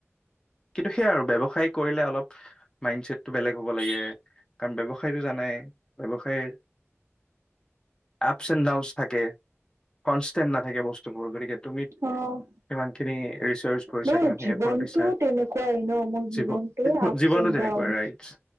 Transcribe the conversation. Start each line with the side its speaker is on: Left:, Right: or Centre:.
Left: কিন্তু সেইয়া আৰু কৰিলে অলপ মাইণ্ড ছেটটো বেলেগ হব লাগে। কাৰণ ব্যৱসায়টো জানাই ব্যৱসায়, আপচ এণ্ড ডাউন থাকে, কনষ্টেণ্ট নাথাকে বস্তুবোৰ গতিকে তুমি
Right: অ'
Left: কিমানখিনি ৰিচাৰ্চ কৰিছা
Right: মোৰ
Left: কিমানখিনি
Right: জীৱনটো
Left: এফৰ্ট দিছা,
Right: তেনেকুৱাই ন মোৰ জীৱনটোৱে
Left: জী
Right: আপচ
Left: জীৱনতটো
Right: এণ্ড
Left: যেনে।
Right: ডাউন।
Left: বা ৰাইজ